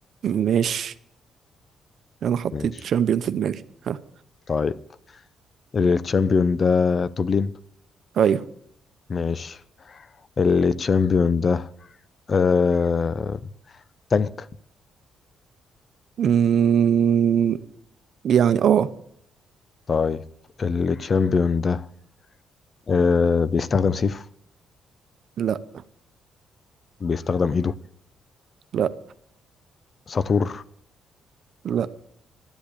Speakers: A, on the right; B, on the left.
A: ماشي أنا حطيت
B: ماشي
A: شامبيون في دماغي ها
B: طيب الشامبيون ده توب لين
A: أيوه
B: ماشي التشامبيون ده آه... تانك
A: مم... يعني اه
B: طيب التشامبيون ده آه... بيستخدم سيف
A: لا
B: بيستخدم ايده
A: لا
B: ساطور
A: لا